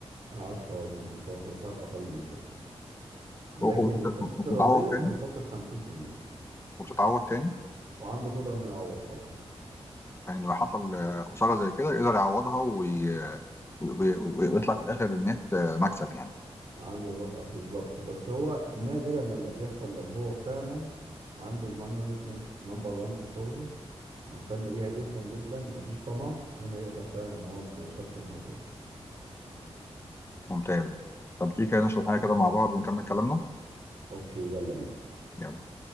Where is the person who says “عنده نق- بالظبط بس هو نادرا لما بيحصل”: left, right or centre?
Right